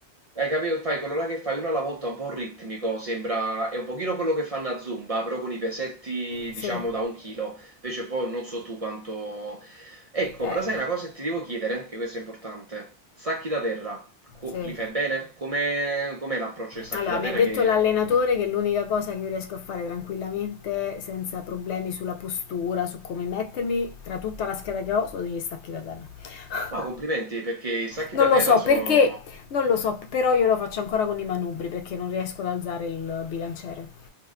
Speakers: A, on the right; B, on the left.
A: Hai capito? Fai quello là che fai uno alla volta un po' ritmico, sembra, è un pochino quello che fanno a Zumba, però con i pesetti,
B: Sì.
A: diciamo, da un chilo. Invece poi non so tu quanto... Ecco,
B: Eh,
A: però sai una cosa che ti devo chiedere, che questo è importante. Sacchi da terra, co-
B: sì.
A: li fai bene? Com'è, com'è l'approccio ai sacchi
B: Allora,
A: da
B: mi
A: terra
B: ha detto
A: che...
B: l'allenatore che l'unica cosa che io riesco a fare tranquillamente, senza problemi sulla postura, su come mettermi, tra tutta la scheda che ho, sono gli stacchi da terra. <laughs>
A: Wow, complimenti, perché i sacchi
B: Non
A: da
B: lo
A: terra
B: so
A: sono...
B: perché, non lo so, però io lo faccio ancora con i manubri perché non riesco ad alzare il bilanciere.